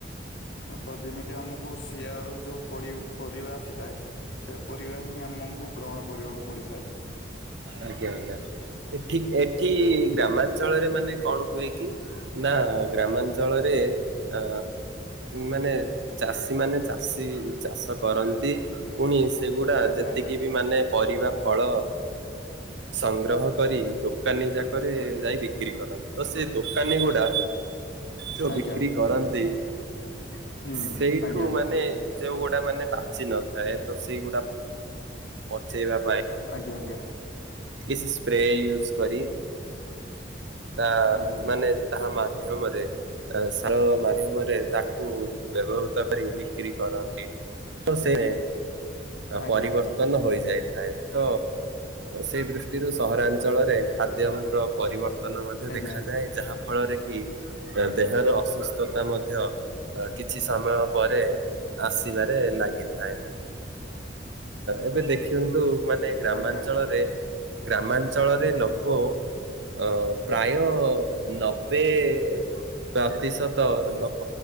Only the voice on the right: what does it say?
ଆଜ୍ଞା ଆଜ୍ଞା। ଏଠି ଏଠି
ଗ୍ରାମାଞ୍ଚଳରେ ମାନେ ମାନେ କଣ ହୁଏ କି ନା ଗ୍ରାମାଞ୍ଚଳରେ ଅ ମାନେ ଚାଷୀ ମାନେ ଚାଷୀ ଚାଷ କରନ୍ତି। ପୁଣି ସେଗୁଡା
ଯେତିକି ବି ମାନେ ପରିବା ଫଳ ସଂଗ୍ରହ କରି ଦୋ ଦୋକାନୀ ଯାକରେ ଯାଇ ବିକ୍ରି କରନ୍ତି। ତ ସେ ଦୋକାନୀ ଗୁଡା ଯୋଉ
ବିକ୍ରି କରନ୍ତି
ସେଇଠୁ
ମାନେ
ଯୋଉ ଗୋଟେ ମାନେ ପାଚି ନଥାଏ ତ ସେଇଗୁଡା ପଚେଇବା ପାଇଁ।
କିଛି ସ୍ପ୍ରେ ୟୁଜ କରି ତା
ମାନେ ତାହା ମା ଧ୍ୟମରେ ସାର ମାଧ୍ୟମରେ ତାକୁ ବ୍ୟବହୃତ କରି ବିକ୍ରି କରନ୍ତି ତ ସେ
ପରିବର୍ତ୍ତନ
ହୋଇଯାଏ। ଥାଏ ତ ସେଇ ଦୃଷ୍ଟିରୁ ସହରାଞ୍ଚଳରେ ଖାଦ୍ୟର ପରିବର୍ତ୍ତନ ନ ମଧ୍ୟ
ଦେଖାଯାଏ
ଯାହା ଫଳରେ କି ଦେହର ଅସୁସ୍ଥତା ମଧ୍ୟ କିଛି ସମୟ ପରେ ଆସିବାରେ ଲାଗେ। ଥାଏ ଏବେ ଦେଖନ୍ତୁ ମାନେ ଗ୍ରାମାଞ୍ଚଳରେ
ଗ୍ରାମାଞ୍ଚଳରେ ଲୋକ ଅ ପ୍ରାୟ ନ ଏବେ ପ୍ରତିଶତ ଲୋକ